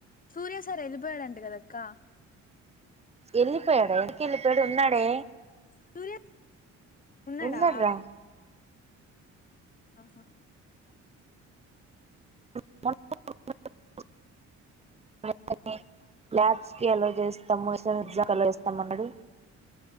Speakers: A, on the left; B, on the right.
A: Surya sir ఎళ్ళిపోయాడంట కదక్క?
B: ఎళ్ళిపోయాడా యాడకెళ్ళిపోయాడు ఉన్నాడే
A: సూర్య ఉన్నాడా
B: ఉన్నాడ్రా
A: ఆహా
B: <unintelligible> ఎంతకీ ల్యాబ్స్ కి ఎలో జేస్తము ఏసా ఎగ్జా క అల ఏస్తాము అన్నాడు